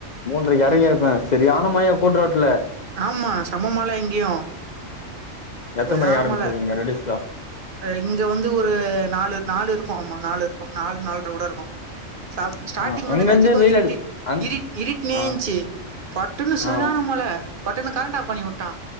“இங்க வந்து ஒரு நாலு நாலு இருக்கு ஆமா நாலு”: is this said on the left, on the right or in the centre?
Right